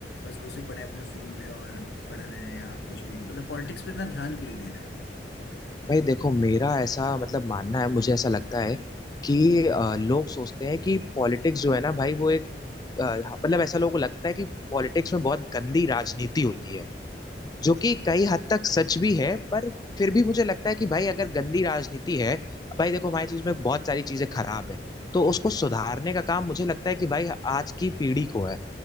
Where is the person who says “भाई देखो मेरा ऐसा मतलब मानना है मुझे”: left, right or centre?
Left